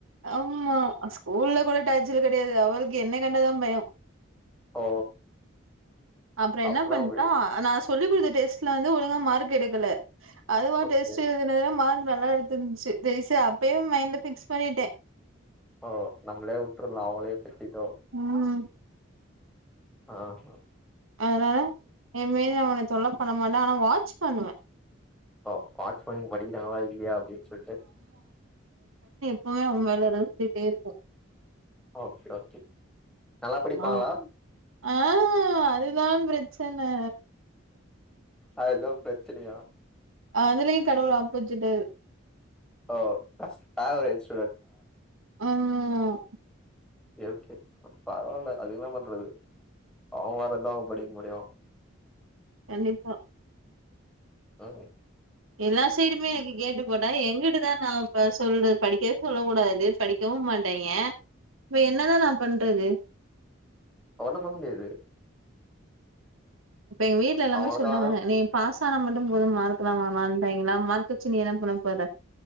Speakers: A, on the right; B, in the centre.
A: ஆமா ஸ்கூல்ல கூட டாச்சல் கிடையாது அவளுக்கு என்ன கண்டாதான் பயம்
B: ஓ
A: அப்புறம் என்ன
B: அப்பனா
A: பண்ணிட்டோம்
B: உங்களுக்கு
A: நான் சொல்லி கொடுத்த டெஸ்ட்ல வந்து ஒழுங்க மார்க் எடுக்கல அதுவ
B: ஓகே.
A: டஸ்ட்து என்னது நல்லா எத்துிருந்துச்சு ஜெயிசு அப்பயே மைண்ட்ல பிக்ஸ் பண்ணிட்டேன்
B: ஓ நம்ளே உட்டுறல அவகளே பெத்திட்டோ
A: ம்
B: ஆஹ்மா
A: அதனால என்மேல அவனுக்கு தொல்ல பண்ண மாட்டேன் ஆனா வாட்ச் பண்ணுவேன்
B: ஓ வாட்சி படிக்கிறாங்களா இல்லையா அப்படின்னு சொல்லிட்டு
A: எபோயுமே உன்மேல இருந்துிட்டே இருக்கும்
B: ஓகே, ஓகே. நல்லா படிப்பாங்களா?
A: ஆஹ் ஆஹ் அதுதான் பிரச் சனா
B: அதுதான் பிரச்சனையா
A: அஹ் அதுலயும் கடவுள் அப்பச்சுட்டுட்டாரு
B: ஓ ஆவரேஜ்
A: ஆஹ்
B: கே பரவாயில்ல அதுல்லாம் பண்றது அவங்க வரதான் அவங்க படிக்க முடியும் <inaudible>
A: கண்டிப்பா
B: ஆஹ்
A: எல்லா சைடு மே எனக்கு கேட போ எங்கிட்டதான் நான் சொல்ற படிக்கவே சொல்லக் கூடாது படிக்கவும் மாட்டேங்க இப்ப என்னதான் நான் பண்றது
B: அவன வந்தது
A: இப்ப எங்க வீட்டுல எல்லாமே
B: அவனுக்கா
A: சொல்றாங்க நீ பாச மட்டும் போதும் மார்கலாம் வாலம்ட்டாங்களா மார்கச்சின்ன என்ன பண்ண போற